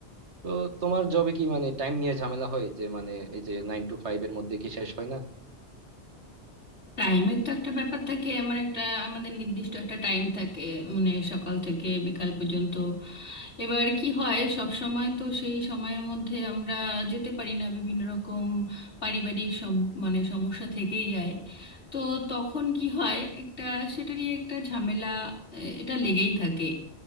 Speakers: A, on the right; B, on the left.
A: তো তোমার জবে কি মানে টাইম নিয়ে ঝামেলা হয় যে মানে এই যে নাইন টু ফাইভ এর মধ্যে কি শেষ হয় না
B: টাইমের তো একটা ব্যাপার থাকে আমার একটা আমাদের নির্দিষ্ট একটা টাইম থাকে মানে সকাল থেকে বিকাল পর্যন্ত এবার কি হয় সব সময় তো সেই সময়ের মধ্যে আমরা যেতে পারি না বিভিন্ন রকম পারিবারিক সম- মানে সমস্যা থেকেই যায় তো তখন কি হয় একটা সেটারই একটা ঝামেলা আহ, এটা লেগেই থাকে